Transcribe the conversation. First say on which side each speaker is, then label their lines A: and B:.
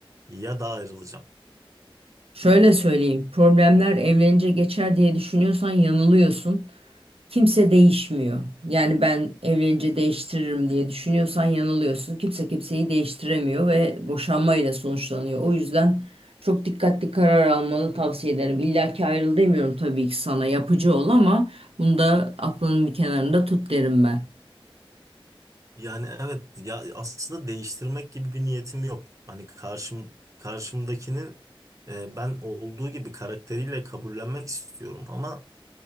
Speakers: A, on the right (about 35°); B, on the right (about 85°).
A: Ya da ayrılacağım.
B: Şöyle söyleyeyim, problemler evlenince geçer diye düşünüyorsan yanılıyorsun. Kimse değişmiyor. Yani ben evlenince değiştiririm diye düşünüyorsan yanılıyorsun. Kimse kimseyi değiştiremiyor ve boşanmayla sonuçlanıyor. O yüzden çok dikkatli karar almanı tavsiye ederim. İlla ki ayrıl demiyorum tabii ki sana yapıcı ol ama bunu da aklının bir kenarında tut derim ben.
A: Yani evet ya aslında değiştirmek gibi bir niyetim yok. Hani karşım karşımdakinin e, ben olduğu gibi karakteriyle kabullenmek istiyorum ama